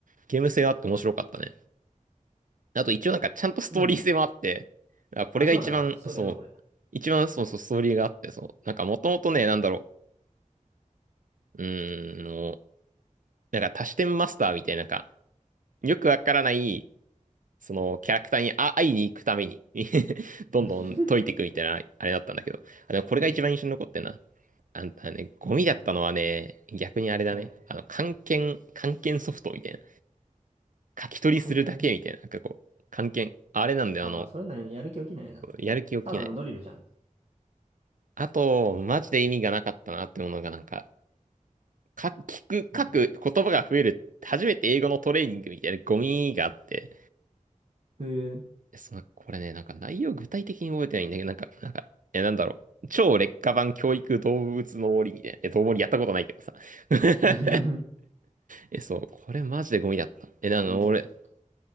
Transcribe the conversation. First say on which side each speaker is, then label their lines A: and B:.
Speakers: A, on the right; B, on the right.
A: ゲーム性があって面白かったね。あと一応なんかちゃんとストーリー性もあって、
B: うん。
A: あこれが一番、
B: あ、そうなのストーリーあんのこれ。
A: そう、一番そうそう、ストーリーがあって、そう、なんかもともとね、なんだろう、うーん、もう、なんか多視点マスターみたいな、なんか、よくわからない、そのキャラクターにあ会いに行くために <laughs> どんどん解いていくみたいな、
B: <laughs>
A: あれだったんだけど、あ、でもこれが一番印象に残ってんな。
B: うん。
A: あんたね、ゴミだったのはね、
B: うん
A: 逆にあれだね。
B: はい。
A: あの、漢検、漢検ソフトみたいな。書き取りするだけみたいな。
B: 関係
A: なんかこう、漢検。あれなんだよ、
B: あ、
A: あの、
B: まあ、そういうのにやる気起きないな。
A: やる気起きない。
B: ただのドリルじゃん。
A: あと、マジで意味がなかったなってものがなんか、か、聞く、
B: うん。
A: 書く言葉が増える。初めて英語のトレーニングみたいなゴミがあって。
B: へえ。
A: その、これね、なんか内容具体的に覚えてないんだけど、なんか、なんか、え、なんだろう。超劣化版教育動物の森みたいな。え、動物やったことないけどさ。<laughs>
B: <laughs>
A: え、そう、これマジでゴミだった。え、なんか俺、
B: ゴミ作品と。